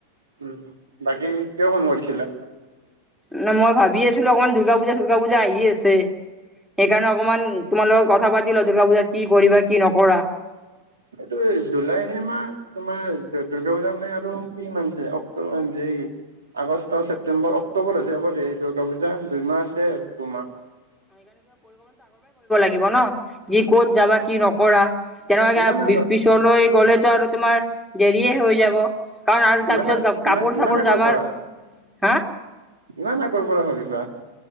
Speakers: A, on the right; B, in the centre.
A: উম বাকী কিয় ফোন কৰিছিলা।
B: ন মই ভাবি আছিলো অকমান দুৰ্গা পূজা দুৰ্গা পূজা আহি আছে। সেইকাৰণে অকমান তোমাৰ লগত কথা পাতিল দুৰ্গা পূজা কি কৰিবা কি নকৰা।
A: এইটো জুলাইে মা তোমাৰ দুৰ্গা পূজা বলে আৰু কি অক্টোবৰ। এই আগষ্ট ছেপটেম্বৰ অক্টোবৰ যাব দ এই দুৰ্গা পূজা দুইমাহ আছে আৰু দুমাহ।
B: লিব ন যি ক'ত যাবা কি নকৰা তেনেকুৱাকে
A: ইমান আগত
B: পিছলৈ গ'লে। আৰু তোমাৰ দেৰিয়ে হৈ যাব। কাৰণ আৰু তাৰপিছত
A: ইমান
B: কাপোৰ
A: ইমান ইমান
B: চাপোৰ
A: আগৰ
B: জামাৰ
A: পৰা
B: হা
A: ইমান আগৰ পৰা হবি। <unintelligible>